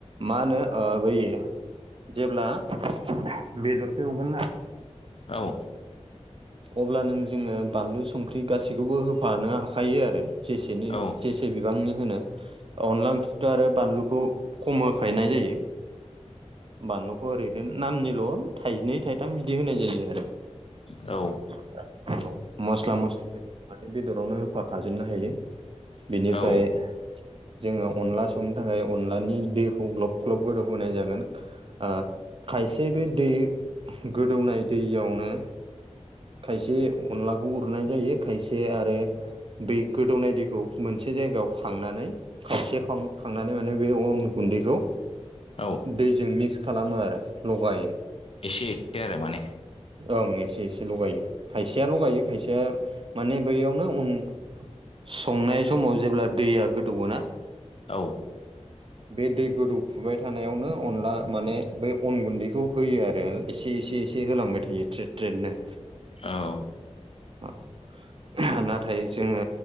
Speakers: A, on the right (about 50°); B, on the left (about 55°).
A: मा होनो ओ बै जेब्ला हो बेदरखौ एवगोन ना।
B: औ।
A: अब्लानों जोङो बानलु संख्रि गासिबखौबो होफानो हाखायो आरो। जेसेनि
B: औ
A: जेसे बिबांनि होनो अनला ओंख्रिखौथ आरो बानलुखौ। खम होखायनाय जायो। बानलुखौ ओरैनो नामनिल' थाइनै थाइथाम बिदि होनाय जायो आरो।
B: औ।
A: <unintelligible> माने बेदरावनो होफाखाजोबनो हायो। बिनिफ्राय।
B: औ
A: जोङो अनला संनो थाखाय अनलानि दैखौ ग्लब ग्लब गोदौ होनोनाय जागोन। ओ खायसे बे दै गोदौनाय दैयावनो खायसे अनलाखौ उरनाय जायो खायसे आरो। बि गोदौनाय दैखौ मोनसे जायगायाव खांनानै खावसे खां खांनानै माने बे अन गुन्दैखौ।
B: औ।
A: दैजों मिक्स खालामो आरो लगायो।
B: एसे एदो आरो माने।
A: ओं एसे एसे। लगायो खायसेया ल'गायो खायसेया माने बैयावनो अन संनाय समाव जेब्ला दैया गोदौवो ना।
B: औ।
A: बे दै गोदौफुबाय थानायावनो अनला माने बै अन गुन्दैखौ। होयो आरो एसे एसे एसे होलांबाय थायो ट्रेड ट्रेडनो।
B: औ।
A: <unintelligible> नाथाय जोङो